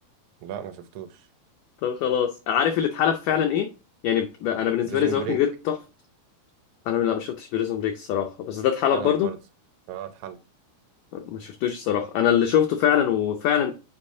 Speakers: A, on the right; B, on the left.
A: لا ما شفتوش
B: طب خلاص عارف اللي اتحلب فعلا ايه يعني ب... انا بالنسبه
A: بريزون
B: لي ذا ووكينج
A: بريك
B: ديد تحفه انا لا ما شفتش بريزون بريك الصراحه بس ده اتحلب
A: اتحلب
B: برضو
A: برضو اه اتحلب
B: ما شفتوش الصراحه انا اللي شفته فعلا وفعلا